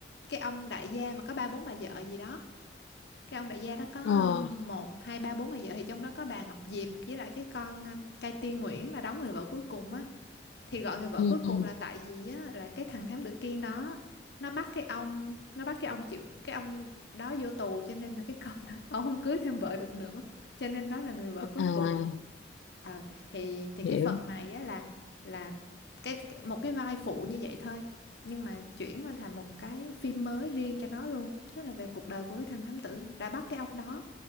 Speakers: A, on the left; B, on the left.
A: cái ông đại gia mà có ba bốn bà vợ gì đó. Cái ông đại gia đó có
B: ờ,
A: ờm, một hai ba bốn bà vợ thì trong đó có bà Ngọc Diệp với lại cái con ờm, Cai Tiên Nguyễn là đóng người vợ cuối cùng á thì gọi người vợ
B: ừ,
A: cuối cùng
B: ừ.
A: là tại vì á là cái thằng thám tử Kiên đó nó bắt cái ông nó bắt cái ông chịu cái ông đó vô tù cho nên là cái con đó <laughs> ông không cưới thêm vợ được nữa cho nên đó là người vợ cuối
B: à,
A: cùng ờ thì thì cái
B: hiểu,
A: phần này á là là cái, cái một cái vai phụ như vậy thôi nhưng mà chuyển qua làm một cái phim mới riêng cho nó luôn tức là về cuộc đời của cái thằng thám tử đã bắt cái ông đó